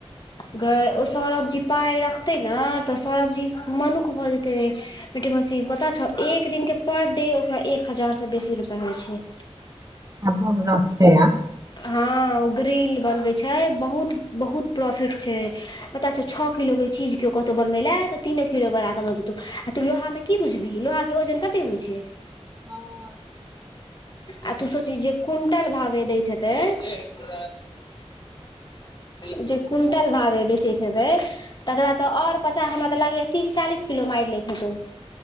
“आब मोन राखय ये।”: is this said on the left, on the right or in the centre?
Right